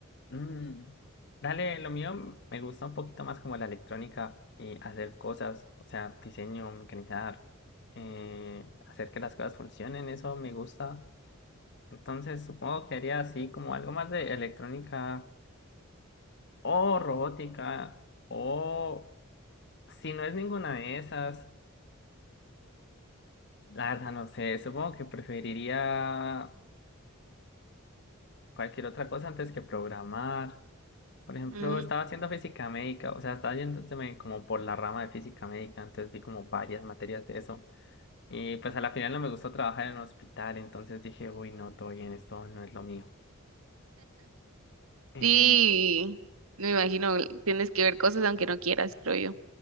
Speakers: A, on the left; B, on the right.
A: mm, dale, lo mío me gusta un poquito más como la electrónica y hacer cosas, o sea, diseño, mecanizar, eh, hacer que las cosas funcionen, eso me gusta. Entonces supongo que haría así como algo más de electrónica o robótica o si no es ninguna de esas, la verdad no sé, supongo que preferiría cualquier otra cosa antes que programar. Por ejemplo,
B: Mm.
A: estaba haciendo física médica, o sea, estaba yéndome como por la rama de física médica, entonces vi como varias materias de eso. Y pues a la final no me gustó trabajar en un hospital, entonces dije, uy, no, todo bien, esto no es lo mío. Eh,
B: Sí, me imagino, tienes que ver cosas aunque no quieras, creo yo.